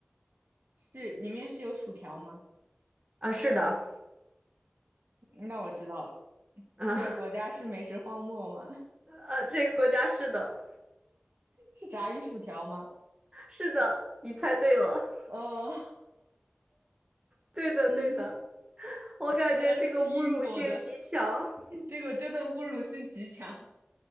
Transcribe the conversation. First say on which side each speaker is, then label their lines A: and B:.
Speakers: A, on the right (about 60°); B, on the right (about 25°).
A: 是里面是有薯条吗？
B: 啊，是的，
A: 那我知道了，
B: 啊
A: 这个国家是美食荒漠吗？<laughs>
B: 呃，这个国家是的，
A: 是炸鱼薯条吗？
B: 是的，你猜对了，
A: 哦，
B: 对的对的，
A: <laughs> 嗯，
B: 我感觉这个侮辱性极强，
A: 原来是英国的，这个真的侮辱性极强。